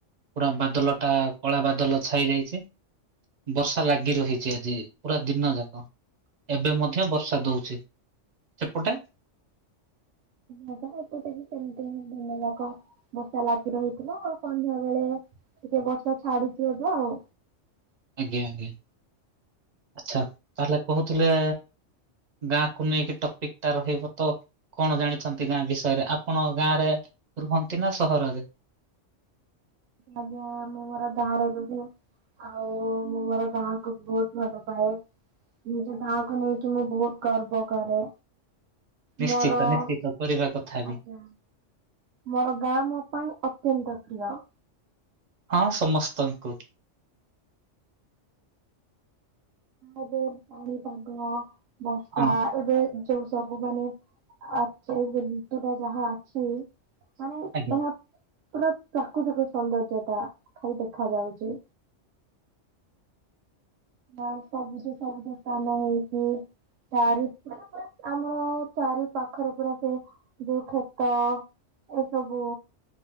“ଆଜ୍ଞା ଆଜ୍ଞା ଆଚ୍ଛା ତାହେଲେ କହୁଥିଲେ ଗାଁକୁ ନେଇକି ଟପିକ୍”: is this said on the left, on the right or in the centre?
Right